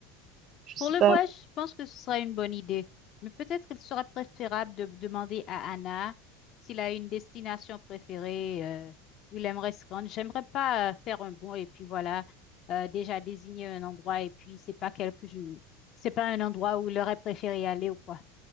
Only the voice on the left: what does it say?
Pour
le
voyage, je pense que ce sera une bonne idée. Mais peut-être qu'il sera préférable de demander à Anna s'il a une destination préférée euh, où il aimerait se rendre. J'aimerais pas euh, faire un bond et puis voilà, euh, déjà désigner un endroit et puis c'est pas quelque, je- c'est pas un endroit où il aurait préféré aller ou quoi.